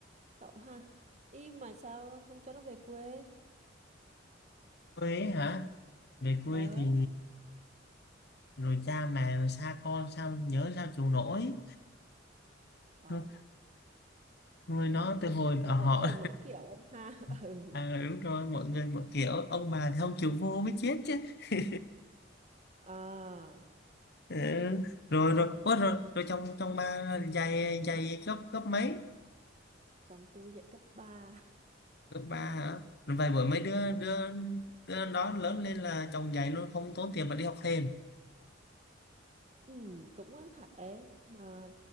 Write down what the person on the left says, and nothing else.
quê ấy hả về quê
thì rồi cha mẹ xa con sao nhớ sao chịu nổi
nuôi nuôi nó
từ hồi
ở
họ
<laughs>
à, đúng rồi mọi người mọi kiểu ông bà thì không chịu vô mới chết chứ <laughs>
Ừ. Rồi rồi, ủa, rồi rồi trong trong ba dạy dạy cấp cấp mấy?
Cấp ba hả? Rồi vài bữa mấy đứa
đứa đứa đó lớn lên là chồng dạy luôn không tốn tiền mà đi học thêm.